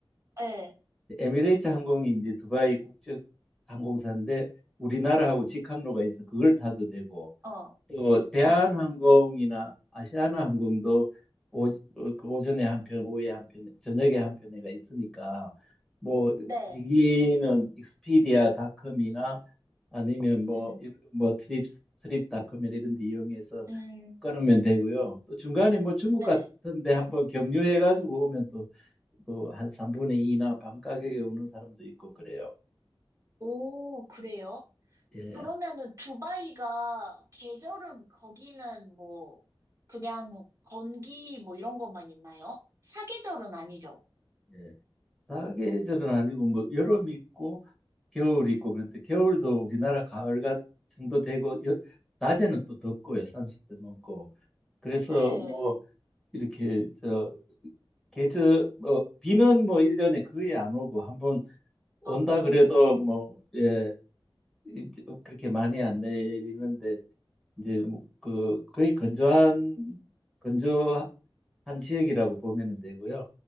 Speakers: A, on the right (about 35°); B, in the centre.
A: 예,
B: 에미레이트 항공이 이제 두바이 국적 항공사인데 우리나라하고 직항로가 있어 그걸 타도 되고
A: 어,
B: 또 대한항공이나
A: 어,
B: 아시아나항공도 오, 어, 그 오전에 한 편, 오후에 한 편, 저녁에 한 편에가 있으니까 뭐
A: 네,
B: 비행기는 익스피디아닷컴이나 아니면 뭐뭐
A: 음,
B: 트립 트립닷컴이나 이런 데 이용해서
A: 음,
B: 끊으면 되고요. 또 중간에 뭐 중국
A: 네.
B: 같은데 한번 경유해 가지고 오면 또 또 한 3분의 2나 반 가격에 오는 사람도 있고 그래요.
A: 오, 그래요?
B: 예.
A: 그러면은 두바이가 계절은 거기는 뭐, 그냥 건기 뭐 이런 것만 있나요? 사계절은 아니죠?
B: 예. 사계절은 아니고 뭐 여름 있고 겨울 있고 그런데 겨울도 우리나라 가을 같 정도 되고 여- 낮에는 또 덥고요 삼십도 넘고 그래서
A: 예.
B: 뭐 이렇게 저 계절 뭐 비는 뭐 1년에 거의 안 오고 한번 온다
A: 아,
B: 그래도 뭐 예 이- 그렇게 많이 안 내리는데 이제 뭐그 거의 건조한 건조한 지역이라고 보면 되고요.